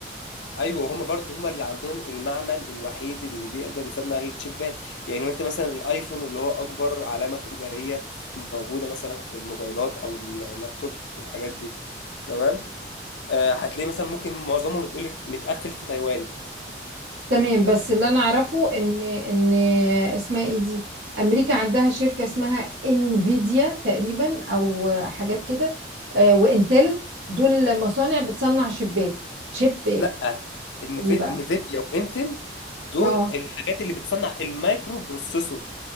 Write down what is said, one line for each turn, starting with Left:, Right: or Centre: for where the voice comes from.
Left: ايوه هما برضو هما اللي عندهم المعمل الوحيد اللي بيقدر يصنع الشيبات يعني انت مثلا الايفون اللي هو اكبر علامة تجارية موجودة مثلا في الموبايلات او اللابتوب والحاجات دي تمام آه هتلاقي مثلا ممكن معظمهم بتقولك متقفل في تايوان
Right: تمام بس اللي انا اعرفه ان ان اسمها ايه دي امريكا عندها شركة اسمها انفيديا تقريبا او حاجات كده آه، وانتل دول مصانع بتصنع شيبات شيبات
Left: لا نفيد
Right: ايه بقى
Left: نفيديا وانتل دول
Right: اه
Left: الحاجات اللي بتصنع المايكرو بروسيسور